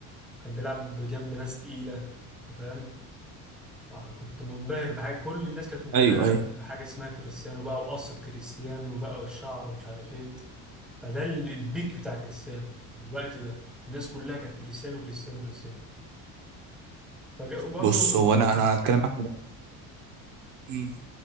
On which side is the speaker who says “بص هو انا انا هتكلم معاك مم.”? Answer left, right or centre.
Right